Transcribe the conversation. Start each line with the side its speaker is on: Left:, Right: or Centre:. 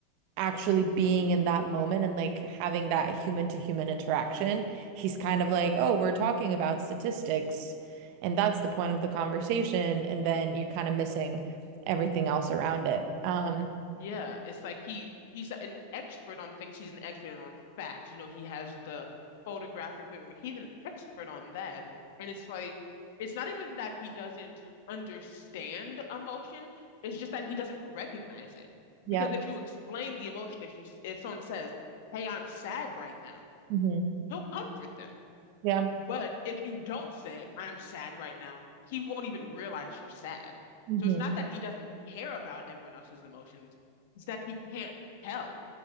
Right: actually being in that moment and like having that human to human interaction, he's kind of like, "Oh, we're talking about statistics, and that's the point of the conversation." And then you're kind of missing everything else around it. Um,
Left: Yeah, it's like he he's an expert on things. He's an expert on facts. You know, he has the photographic memory. He's an expert on that. And it's like it's not even that he doesn't understand emotion. It's just that he doesn't recognize it.
Right: yeah.
Left: Because if you explain the emotion, if you if someone says, "Hey, I'm sad right now,"
Right: hmm
Left: he'll comfort them.
Right: Yeah.
Left: But if you don't say, I'm sad right now, he won't even realize you're sad.
Right: hmm
Left: So it's not that he doesn't care about everyone else's emotions, it's that he can't tell.